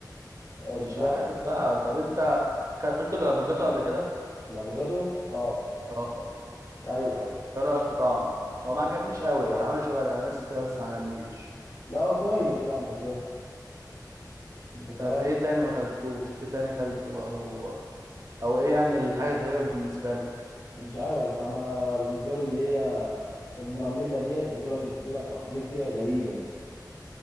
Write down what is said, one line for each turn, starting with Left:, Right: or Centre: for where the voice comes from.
Left: آه، شكلها
Right: مش عارف
Left: ش-
Right: بقى طب انت اكلت الافوكاتو قبل
Left: شكل-
Right: كده
Left: الافوكادو اه
Right: اه
Left: ايوه ايوه
Right: ايه رايك في طعمه هو ما عجبنيش قوي يعني عامل شبه الاناناس كده بس ما عجبنيش
Left: لا هو كويس يعني مش وحش انت فاهم
Right: طب ايه تاني ما اكلتوش ايه تاني اكلته او او ايه يعني الحاجه الغريبه بالنسبه لك
Left: مش عارف انا بالنسبه لي اللي هي المراميلا ديت بتقول لك بتزرع في افريقيا غريبه دي